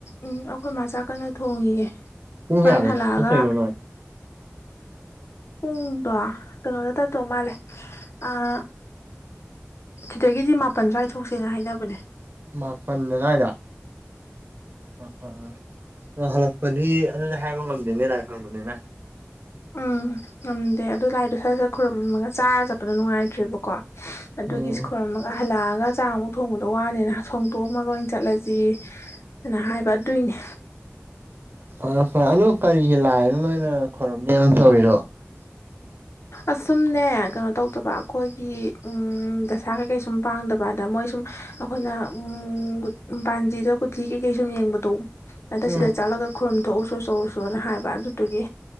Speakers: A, on the left; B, on the right.
A: ꯎꯝ ꯑꯩꯈꯣꯏ ꯃꯥ ꯆꯥꯥꯛ ꯀꯟꯅ ꯊꯣꯡꯉꯤꯌꯦ
B: ꯄꯨꯡ
A: ꯍꯣꯔꯦꯟ
B: ꯀꯌꯥꯗ
A: ꯍꯜꯂꯛꯑꯒ
B: ꯆꯠꯇꯣꯏꯅꯣ ꯅꯣꯏ
A: ꯄꯨꯡꯗꯣ ꯀꯩꯅꯣꯗ ꯇꯠꯇꯧ ꯃꯥꯜꯂꯦ ꯑꯥ ꯁꯤꯗꯒꯤꯗꯤ ꯃꯥꯄꯟ ꯁ꯭ꯋꯥꯏ ꯊꯣꯛꯁꯦꯅ ꯍꯥꯏꯅꯕꯅꯦ
B: ꯃꯥꯄꯟ ꯑꯗ꯭ꯋꯥꯏꯗ ꯎꯝ ꯑꯥ ꯑꯥ ꯇ ꯍꯜꯂꯛ ꯄꯗꯤ ꯑꯗꯨꯗꯤ ꯍꯥꯏꯕ ꯉꯝꯗꯦꯅꯦ ꯂꯥꯏ ꯈꯨꯔꯝꯕꯝꯅꯤꯅ
A: ꯎꯝ ꯉꯝꯗꯦ ꯑꯗꯨ ꯂꯥꯏꯗꯣ ꯁꯠ ꯁꯠ ꯈꯨꯔꯨꯝꯃꯒ ꯆꯥꯔ ꯆꯠꯄꯗꯣ ꯅꯨꯡꯉꯥꯏꯇ꯭ꯔꯦꯕꯀꯣ ꯑꯗꯨ
B: ꯎꯝ
A: ꯒꯤꯁ ꯈꯣꯔꯝꯃꯒꯥ ꯍꯜꯂꯛꯑꯒ ꯆꯥ ꯑꯃꯨꯛ ꯊꯣꯡꯕꯗꯣ ꯋꯥꯅꯤꯅ ꯊꯣꯡꯗꯣꯛꯑꯝꯃꯒ ꯑꯣꯏꯅ ꯆꯠꯂꯁꯤ ꯅ ꯍꯥꯏꯕ ꯑꯗꯨꯏꯅꯤ
B: ꯐꯔꯦ ꯐꯔꯦ ꯑꯗꯨ ꯀꯔꯤꯒꯤ ꯂꯥꯏꯅꯣ ꯅꯣꯏꯅ ꯈꯣꯔꯝ ꯅꯦꯅ ꯇꯧꯔꯤꯗꯣ <inaudible>
A: ꯑꯁꯨꯝꯅꯦ ꯀꯩꯅꯣ ꯇꯧꯗꯕ ꯑꯈꯣꯏꯒꯤ ꯎꯝ ꯗꯁꯥ ꯀꯩꯀꯩ ꯁꯨꯝ ꯄꯥꯡꯗꯕ ꯑꯗ ꯃꯣꯏ ꯁꯨꯝ ꯑꯈꯣꯏꯅ ꯎꯝ ꯒꯨꯠ ꯄꯥꯟꯖꯤꯗ ꯀꯨꯊꯤ ꯀꯩꯀꯩ ꯁꯨꯝ ꯌꯦꯡꯕꯗꯣ ꯑꯗ
B: ꯎꯝ
A: ꯁꯤꯗ ꯆꯠꯂꯒ ꯈꯨꯔꯝ ꯊꯣꯛꯎꯁꯨ ꯆꯧꯁꯣꯅ ꯍꯥꯏꯕ ꯑꯗꯨꯗꯨꯒꯤ